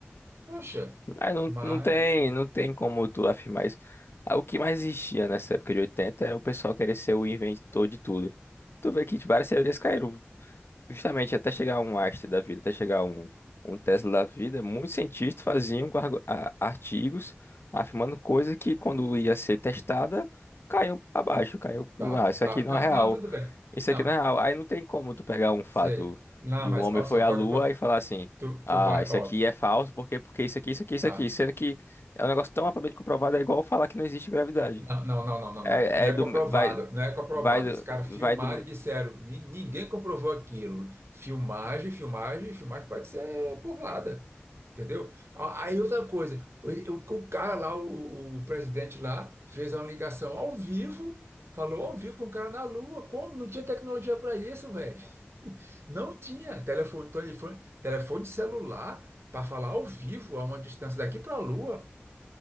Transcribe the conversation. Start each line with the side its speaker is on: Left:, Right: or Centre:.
Right: Poxa,
Left: mas não,
Right: mas.
Left: não tem, não tem como tu afirmar isso. Ah, O que mais existia nessa época de 80 é o pessoal querer ser o inventor de tudo. Tu vê que várias teorias caíram, justamente até chegar um Einstein da vida, até chegar um, um Tesla da vida, muitos cientistas faziam argu- a- artigos afirmando coisas que quando ia ser testada, caiu abaixo, caiu,
Right: Tá,
Left: ah, isso
Right: tá.
Left: aqui não
Right: Não,
Left: é real.
Right: não, tudo bem.
Left: Isso
Right: Não,
Left: aqui não é real. Aí não tem como tu pegar um fato
Right: você. Não,
Left: de um
Right: mas,
Left: homem
Right: olha
Left: foi
Right: só,
Left: à
Right: troca.
Left: lua
Right: o co-
Left: e falar assim,
Right: Tu,
Left: ah,
Right: tu vai.
Left: isso
Right: Ó,
Left: aqui é falso, porque, porque isso aqui, isso aqui, isso
Right: tá.
Left: aqui, sendo que é um negócio tão amplamente comprovado, é igual falar que não existe gravidade.
Right: Não, não, não, não, não.
Left: É,
Right: Não Não
Left: é
Right: é
Left: do,
Right: comprovado,
Left: vai,
Right: não é comprovado.
Left: vai, do-
Right: Os caras filmaram
Left: vai do,
Right: e disseram, "Ni- ninguém comprovou aquilo. Filmagem, filmagem, filmagem pode ser burlada, entendeu? A- Aí outra coisa, o, o- o cara lá, o, o presidente lá, fez uma ligação ao vivo, falou ao vivo com o cara na Lua. Como? Não tinha tecnologia para isso, velho. <laughs> Não tinha telefone, telefone, telefone celular para falar ao vivo a uma distância daqui para a Lua.